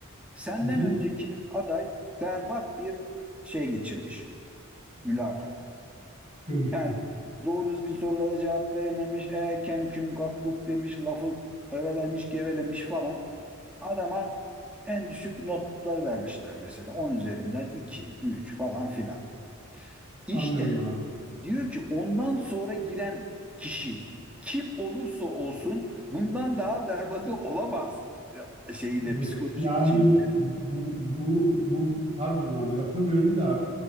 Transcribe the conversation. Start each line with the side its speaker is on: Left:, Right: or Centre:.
Centre: Senden
Right: Hı hı.
Centre: önceki aday berbat bir şey geçirmiş. Mülakat.
Right: Görüşme.
Centre: Yani doğru düzgün sorulara cevap verememiş. E kem küm kakkuk demiş. Lafı evelemiş gevelemiş falan. Adama en düşük notları vermişler mesela 10 üzerinden 2 3 falan filan. İşte
Right: Anlıyorum abi.
Centre: diyor ki ondan sonra giren kişi kim olursa olsun bundan daha berbatı olamaz Ya, şeyiyle
Right: Evet
Centre: psikolojik
Right: yani
Centre: şeyle.
Right: bu bu bu pardon abi lafını bölüm de